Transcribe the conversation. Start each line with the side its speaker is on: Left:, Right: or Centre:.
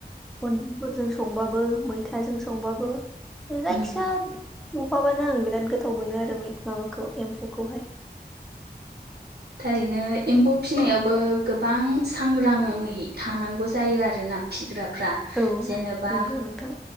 Centre: खुन्दुंफोरजों संबाबो मैथाजों संबाबो जायखिजाया
Right: उम
Centre: गंफाबानो आं बिराद गोथाव मोनो आरो माबाखौ एम्फौखौहाय
Right: थारैनो एम्फौ फिसिनायावबो गोबां सांग्राङै थानांगौ जायो आरोना। फिग्राफ्रा
Centre: औ
Right: जेनेबा
Centre: नंगौ नोंथां